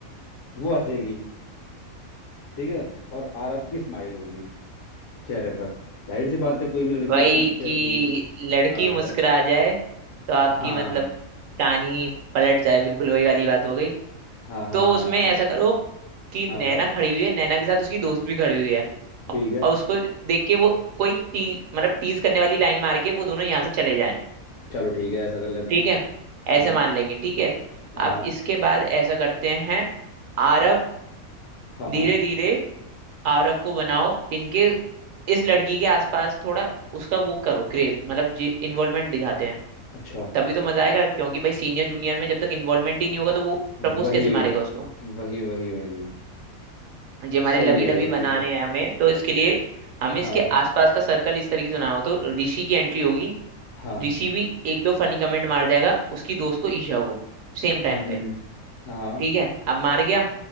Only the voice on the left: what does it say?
वो हंसेगी ठीक है और आरव की स्माइल होगी चेहरे पर जाहिर सी बात है कोई भी लड़की
उसको देख के
हंसेगी
हाँ
बताओ
हाँ
हाँ हाँ
हाँ
हाँ
हाँ
बताओ
ठीक है
चलो ठीक है ऐसा कर लेते
हैं
हम्म
हाँ
हाँ हाँ
अच्छा
वही
वही
वही वही
सही
है
ये
ठीक है
हाँ
हाँ
हम्म
हम्म, हाँ